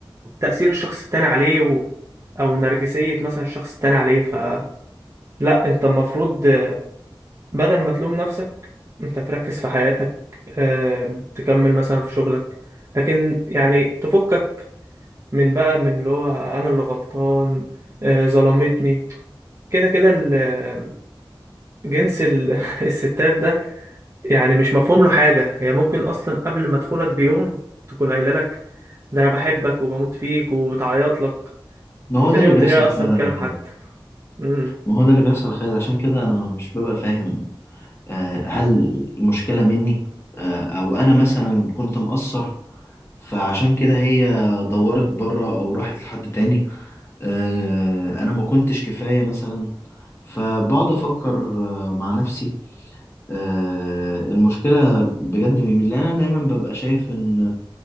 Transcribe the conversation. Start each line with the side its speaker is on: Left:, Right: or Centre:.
Right: تاثير الشخص التاني عليه و... او نرجسيه مثلا الشخص التاني عليه فلا انت المفروض بدل ما تلوم نفسك انت تركز في حياتك آم، تكمل مثلا في شغلك لكن يعني تفكك من بقى من اللي هو انا اللي غلطان آه، ظلمتني كده كده ال- جنس ال- <laughs> الستات ده يعني مش مفهوم له حاجة هي ممكن أصلا قبل ما تخونك بيوم تكون قايلة لك ده أنا بحبك وبموت فيك وبتعيط لك
Left: ما
Right: وتاني
Left: هو ده اللي
Right: يوم
Left: بيحصل
Right: تلاقيها أصلا
Left: فعلا
Right: بتكلم
Left: يا
Right: حد
Left: خالد
Right: امم
Left: ما هو ده اللي بيحصل يا خالد عشان كده انا ما- مش ببقى فاهم آه، هل المشكلة مني آه، او انا مثلا كنت مقصر فعشان كده هي دورت بره او راحت لحد تاني آه، انا ما كنتش كفاية مثلا فبقعد افكر آه، مع نفسي آه، المشكلة بجد من مين؟ لأن أنا دايما ببقى شايف إن